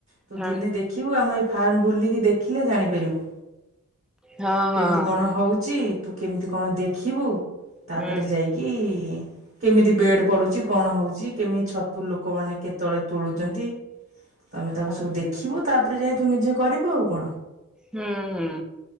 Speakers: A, on the right; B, in the centre.
A: ତୁ
B: ହଁ
A: ଦିନେ ଦେଖିବୁ ଆମ ଏଇ ଫାର୍ମ ବୁଲିକି ଦେଖିଲେ ଜାଣିପାରିବୁ।
B: ହଁ ହଁ
A: କେମିତି କଣ ହଉଛି ତୁ କେମିତି କଣ ଦେଖିବୁ। ତାପରେ
B: ହୁଁ
A: ଯାଇକି। କେମିତି ବେଡ଼ ପଡୁଛି କଣ ହଉଛି କେମିତି ଛତୁ ଲୋକମାନେ କେତେବେଳେ ତୋଳୁଛନ୍ତି? ତମେ ତାକୁ
B: ହୁଁ
A: ସବୁ ଦେଖିବୁ ତାପରେ ଯାଇ ତୁ ନିଜେ କରିବୁ ଆଉ କଣ?
B: ହୁଁ ହୁଁ